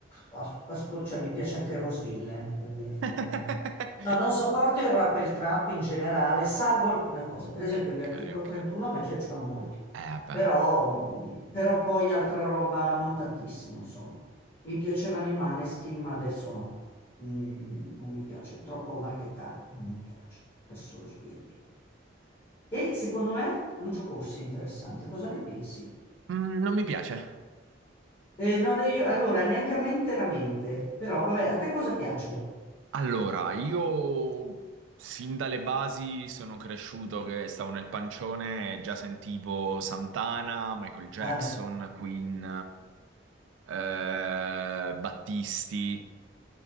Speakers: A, on the left; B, on the right.
A: As- ascol- cioè, mi piace anche Rose Villain, per dirti.
B: <laughs>
A: non- No, non sopporto il rap e il trap in generale, salvo alcune cose. Per esempio,
B: Ok,
A: gli Articolo
B: ok.
A: 31 a me piacciono molto.
B: Eh, beh,
A: Però, mh, però poi altra roba non tantissimo, insomma. Mi piacevano i Maneskin, ma adesso no. Mm, non mi piace, troppo marchettaro, non mi piace, perso lo spirito. E secondo me Lucio Corsi è interessante, cosa ne pensi?
B: Mm, non mi piace.
A: Eh, no, no, io- allora, neanche a me interamente, però vabbè, a te cosa piace?
B: Allora, io sin dalle basi sono cresciuto che stavo nel pancione e già sentivo Santana, Michael Jackson,
A: Ah beh.
B: Queen, eh, Battisti.